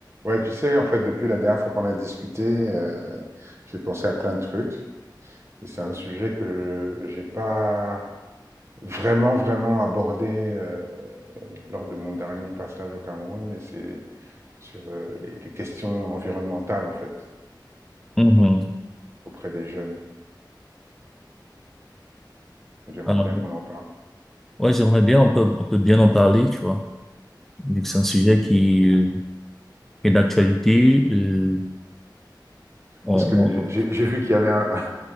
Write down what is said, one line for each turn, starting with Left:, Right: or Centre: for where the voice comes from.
Right: Ouais, tu sais, en fait, depuis la dernière fois qu'on a discuté, euh, j'ai pensé à plein de trucs. Et c'est un sujet que j'ai pas vraiment, vraiment abordé euh, lors de mon dernier passage au Cameroun, mais c'est sur euh, les, les questions environnementales, en fait,
Centre: Mhm.
Right: auprès des jeunes. J'aimerais
Centre: Alors,
Right: bien qu'on en parle.
Centre: ouais, j'aimerais bien, on peut, on peut bien en parler, tu vois, vu que c'est un sujet qui euh, est d'actualité. euh, on,
Right: Parce que j'ai j'ai vu qu'il y avait un,